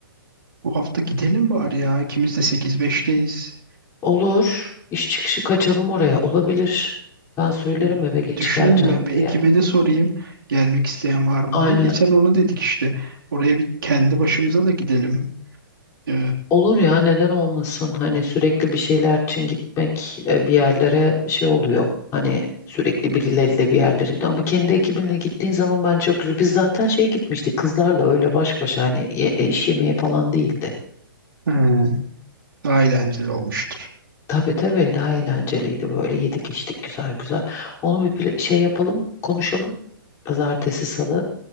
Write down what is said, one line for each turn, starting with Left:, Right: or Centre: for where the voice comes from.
Right: Bu hafta gidelim bari ya. İkimiz de sekiz beşteyiz.
Left: Olur iş çıkışı kaçalım oraya olabilir. Ben söylerim
Right: E,
Left: eve geç
Right: Düşünelim
Left: geleceğim
Right: ben bir ekibe
Left: diye.
Right: de sorayım gelmek isteyen var mı
Left: Aynen.
Right: diye. Geçen onu dedik işte. Oraya bir kendi başımıza da gidelim. E,
Left: Olur ya neden olmasın? Hani sürekli bir şeyler için gitmek e, bir yerlere şey oluyor. Hani sürekli birileriyle bir yerlere gidiyor. Ama kendi ekibinle gittiğin zaman bence çok güzel. Biz zaten şey gitmiştik kızlarla öyle baş başa hani ye- e, iş yemeği falan değildi.
Right: he, daha eğlenceli olmuştur.
Left: Tabii tabii daha eğlenceliydi böyle yedik içtik güzel güzel. Onu bir pla- şey yapalım konuşalım. Pazartesi salı.